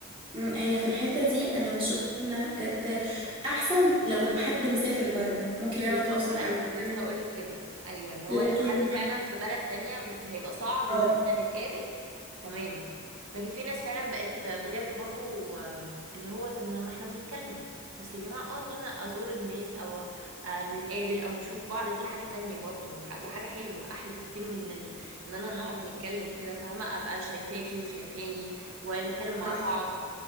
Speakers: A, on the right; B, on the right.
A: مم، هي في الحتة دي أنا بشوف إنها بجد أحسن لو حد مسافر بره ممكن
B: بالظبط
A: أنا أتواصل
B: ايوه
A: معاه وأتكلم
B: كنت لسه هقول لك كده ايوه اللي هو
A: لكن
B: لو حد فعلا في بلد تانية م- هيبقى صعب
A: اه
B: ان احنا نتقابل تمام لكن في ناس فعلا بقت بجد برضو آم، اللي هو طب ما ما احنا بنتكلم بس يا جماعة اه ان انا ازور الناس او آه، نتقابل او نشوف بعض دي حاجة تانية برضو وح- وحاجة حلوة احلى بكتير من ال... ان انا نقعد نتكلم كده فاهمة ابقى شايفاكي وشايفاني ونتكلم مع
A: صح
B: بعض